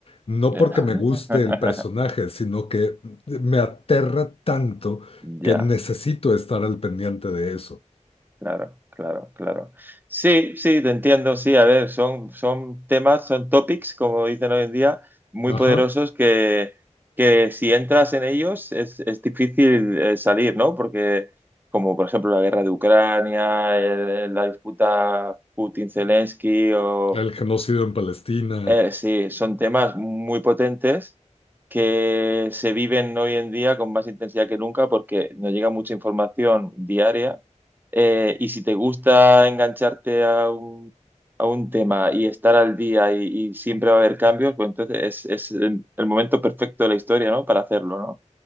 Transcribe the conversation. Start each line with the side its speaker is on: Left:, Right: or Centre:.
Left: no
Right: Ya.
Left: porque me
Right: <laughs>
Left: guste el personaje, sino que me aterra tanto
Right: Ya.
Left: que necesito estar al pendiente de eso.
Right: Claro, claro, claro. Sí, sí, te entiendo, sí, a ver, son, son temas, son topics, como dicen hoy en día, muy
Left: Ajá,
Right: poderosos que, que si entras en ellos es, es difícil eh, salir, ¿no? Porque como por ejemplo la guerra de Ucrania, el- la disputa Putin-Zelensky o,
Left: el genocidio en Palestina.
Right: eh, sí, son temas muy potentes que se viven hoy en día con más intensidad que nunca porque nos llega mucha información diaria. Eh, y si te gusta engancharte a un, a un tema y estar al día y, y siempre va a haber cambios, pues entonces es, es el, el momento perfecto de la historia, ¿no? Para hacerlo, ¿no?